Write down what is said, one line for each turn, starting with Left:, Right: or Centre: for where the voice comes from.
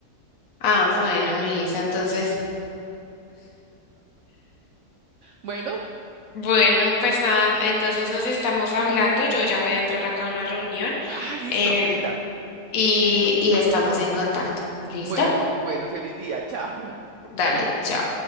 Left: Ah, bueno, Misa, entonces,
Right: Bueno,
Left: bueno, pues nada, entonces nos estamos hablando. Yo ya voy a entrar acá a una reunión
Right: ah, listo,
Left: em,
Right: Angelita.
Left: y, y estamos en contacto. ¿Listo?
Right: Bueno, bueno, feliz día, <laughs> chao.
Left: Dale, chao.